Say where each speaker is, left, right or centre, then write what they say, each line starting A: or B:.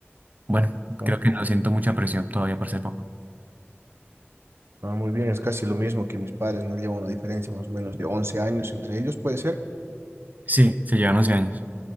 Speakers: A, on the right; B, on the right.
A: bueno,
B: Mm.
A: creo que no siento mucha presión todavía para ser papá.
B: Ah, muy bien, es casi lo mismo que mis padres, no llevan una diferencia más o menos de 11 años entre ellos, puede ser.
A: Sí, se llevan 11 años.